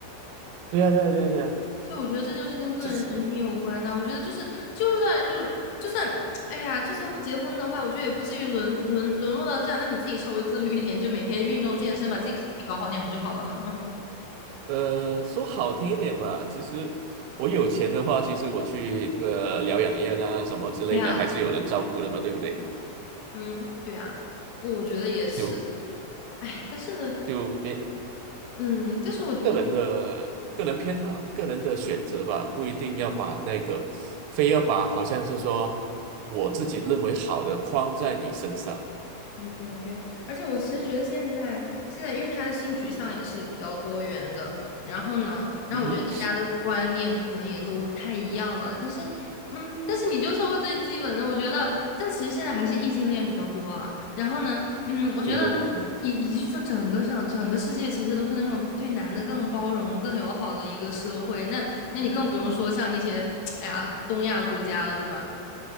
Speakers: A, on the right; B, on the left.
A: 对呀对呀对呀对呀，
B: 就我觉得这就是跟个人人品有关呐、
A: 就是。
B: 我觉得就是，就算就是就算，哎呀，就算不结婚的话，我觉得也不至于沦沦沦落到这样。那你自己稍微自律一点，就每天运动健身，把自己身体搞好点不就好了？<laughs>
A: 呃，说好听一点吧，其实我有钱的话，其实我去这个疗养院啊什么之类的，
B: 对呀，
A: 还是有人照顾的嘛，对不对？
B: <laughs> 嗯，对呀，我我觉得也是。
A: 就
B: 哎，但是，
A: 就别
B: 嗯，但是我觉得。
A: 个人的个人偏好、个人的选择吧，不一定要把那个非要把好像是说我自己认为好的框在你身上。
B: 对对对，而且我其实觉得现在现在，因为他的性取向也是比较多元的，然后呢，然后我觉得大家的观念可能也都不太一样了，
A: 嗯哼
B: 但是，嗯，但是你就说过最基本的，我觉得，但其实现在还是异性恋比较多啊。然后呢，嗯，我觉得
A: 对对对对
B: 你你就说整个上整个世界其实都是那种对男的更包容、更友好的一个社会，那那你更不用说像一些哎呀东亚国家了，对吧？